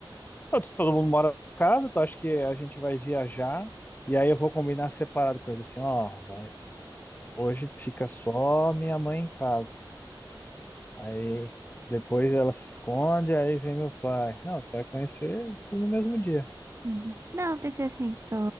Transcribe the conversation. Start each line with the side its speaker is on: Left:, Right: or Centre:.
Left: Eu- Todo mundo mora em casa, tu acha que a gente vai viajar e aí eu vou combinar separado coisa assim, ó, vai, hoje fica só minha mãe em casa. Aí depois ela se esconde, aí vem meu pai. Não, tu vai conhecer isso tudo no mesmo dia.
Right: Uhum. Não, eu pensei assim, que tu,